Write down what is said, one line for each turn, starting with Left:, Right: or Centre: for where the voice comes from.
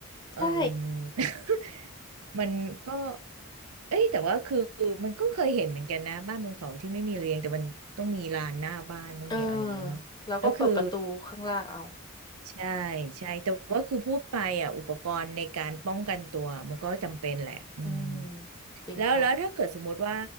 Right: เออ
Left: ใช่
Right: <laughs> มัน <laughs> ก็เอ้ยแต่ว่าคือมันก็เคยเห็นเหมือนกันนะบ้านบนเขาที่ไม่มีระเบียงแต่มันต้องมีลานหน้าบ้านต้องมีอะไรอย่างเงี้ยเนาะแล้วคือ
Left: เออแล้วก็เปิดประตูข้างล่างเอา
Right: ใช่ใช่แต่ว่าคือพูดไปอ่ะอุปกรณ์ในการป้องกันตัวมันก็จำเป็นแหละอืม
Left: อืมจริงค่ะ
Right: แล้วแล้วถ้าเกิดสมมุติว่า